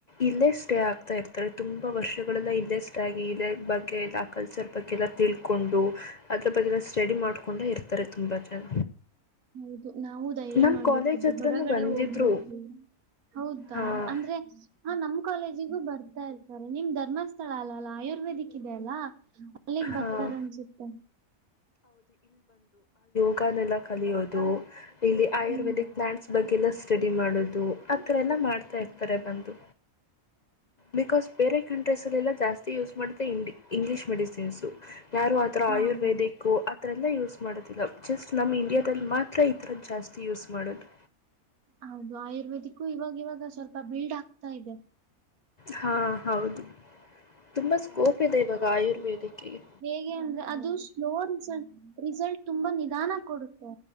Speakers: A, on the left; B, on the right.
A: ಇಲ್ಲೇ ಸ್ಟೇ ಆಗ್ತಾ ಇರ್ತಾರೆ ತುಂಬಾ ವರ್ಷಗಳೆಲ್ಲ ಇಲ್ಲೇ ಸ್ಟೇ ಆ ಲೈಕ್ ಬಗ್ಗೆ ಎಲ್ಲ ಕಲ್ಚರ್ ಬಗ್ಗೆಲ್ಲ ತಿಳ್ಕೊಂಡು ಅದ್ರ ಬಗ್ಗೆಲ್ಲ ಸ್ಟಡಿ ಮಾಡ್ಕೊಂಡೆ ಇರ್ತಾರೆ ತುಂಬಾ ಜನ
B: ಹೌದು ನಾವು ಧೈರ್ಯ
A: ನಮ್ಮ
B: ಮಾಡ್ಬೇಕು
A: ಕಾಲೇಜ್ ಹತ್ರನೂ
B: ಹೊರಗಡೆ
A: ಬಂದಿದ್ದರು
B: ಹೋಗ್ಬೇಕು ಹೌದಾ
A: ಹಾಂ
B: ಅಂದ್ರೆ ಹ ನಮ್ ಕಾಲೇಜಿಗೂ ಬರ್ತಾ ಇರ್ತಾರೆ ನಿಮರ್ ಧರ್ಮಸ್ಥಳ ಅಲ್ಲ ಅಲ್ಲ ಆಯುರ್ವೇದಿಕ್ ಇದೆ ಅಲ್ಲಾ ಅಲ್ಲಿಗ್
A: ಹಾಂ
B: ಬರ್ತಾರ ಅನ್ಸುತ್ತೆ
A: ಬಕನ್ಲ್ಲ ಕಲಿಯೋದು ಇಲ್ಲಿ ಆಯುರ್ವೇದಿಕ್
B: ಹ್ಮ್
A: ಪ್ಲಯಾಂಟ್ಸ್ ಬಗ್ಗೆ ಎಲ್ಲ ಸ್ಟಡಿ ಮಾಡೋದು ಆ ಥರ ಎಲ್ಲ ಮಾಡ್ತಾಯಿರ್ತಾರೆ ಬಂದು ಬಿಕಾಸ್ ಬೇರೆ ಕಂಟ್ರೆಸ್ಲ್ಲಲ್ಲಾ ಜಾಸ್ತಿ ಯೂಸ್ ಮಾಡ ಇಂಗ್ಲಿೀಷ್ ಮೆಡಿಸಿನ್ಸ್ು ಯಾರು ಆತರ
B: ಹಾ
A: ಆಯುರ್ವೇದಿಕ್
B: ಹೌದು.
A: ಆ ಥರಲ್ಲ ಯೂಸ್ ಮಾಡೋದಿಲ್ಲ ಜಸ್ಟ್ ನಮ್ಮ ಇಂಡಿಯಾದಲ್ಲಿ ಮಾತ್ರ ಈ ಥರದ್ದ ಜಾಸ್ತಿ ಯೂಸ್ ಮಾಡೋದು
B: ಹೌದು ಆಯುರ್ವೇದಿಕ್ಕು ಇವಾಗ ಇವಾಗ ಸ್ವಲ್ಪ ಬಿಲ್ಡ್ ಆಗ್ತಾ ಇದೆ
A: ಹಾ ಹೌದು ತುಂಬಾ ಸ್ಕೋಪ್ ಇದೆ ಇವಾಗ ಆಯುರ್ವೇದಿಕೆಗೆ
B: ಹೇಗೆ ಅಂದ್ರೆ ಅದು ಸ್ಲೋ ರಿಸಲ್ಟ್ ರಿಸಲ್ಟ್ ತುಂಬಾ ನಿಧಾನ ಕೊಡುತ್ತೆ